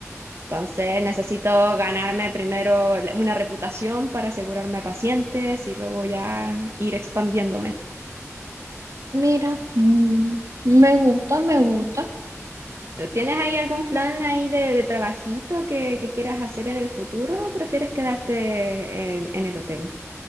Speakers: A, on the right; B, on the right.
A: Entonces necesito ganarme primero la- una reputación para asegurarme a pacientes y luego ya ir expandiéndome.
B: Mira, mm, me gusta, me gusta.
A: ¿Pero ¿Tienes ahí algún plan ahí de, de trabajito que, que quieras hacer en el futuro o prefieres quedarte en, en el hotel?